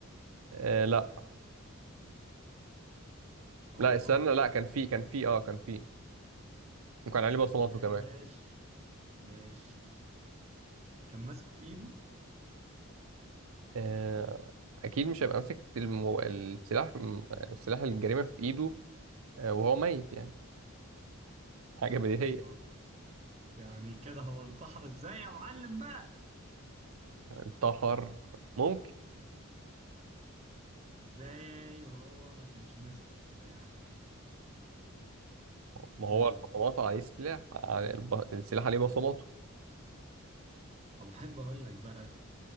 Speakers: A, on the right; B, on the right.
A: آه لا
B: آه
A: لا استنى لا كان فيه كان فيه اه كان فيه وكان عليه بصماته
B: ماشي
A: كمان
B: ماشي كان ماسكه في إيده؟
A: آه، اكيد مش هيبقى ماسك المو... السلاح السلاح الجريمه في ايده آه، وهو ميت يعني حاجه بديهيه
B: آه يعني كده هو انتحر إزاي يا معلم بقى؟
A: انتحر ممكن
B: إزاي وهو ما كانش ماسك السلاح؟
A: ما هو
B: مم.
A: البصمات عليه سلاح على الب... السلاح عليه بصماته
B: طب أحب أقول لك بقى